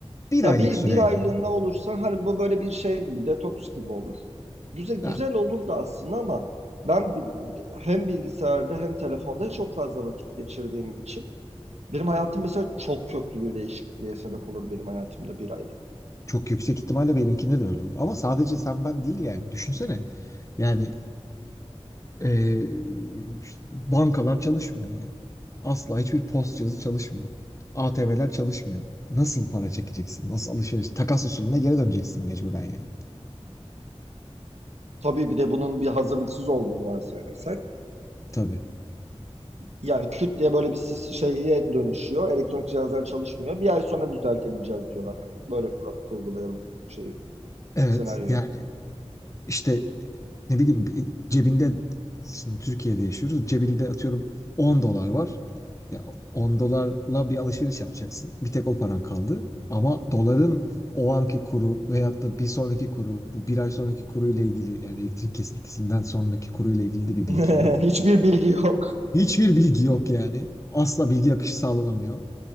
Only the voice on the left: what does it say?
Bir
aylık
süreyle
ya.
Çok yüksek ihtimalle benimkinde de öyle olur. Ama sadece sen ben değil yani. Düşünsene. Yani eee, işte bankalar çalışmıyor yani. Asla hiçbir post cihazı çalışmıyor. ATM'ler çalışmıyor. Nasıl para çekeceksin? Nasıl alışveriş? Takas usulüne geri döneceksin mecburen yani.
Tabii.
Evet.
Yani işte ne bileyim bir- cebinde şimdi Türkiye'de yaşıyoruz. Cebinde atıyorum 10 dolar var. Ya 10 dolarla bir alışveriş yapacaksın. Bir tek o paran kaldı. Ama doların o anki kuru veyahut da bir sonraki kuru, bu bir ay sonraki kuru ile ilgili yani elektrik kesintisinden sonraki kuru ile ilgili de bir bilgin
yok.
Hiçbir bilgi yok yani. Asla bilgi akışı sağlanamıyor.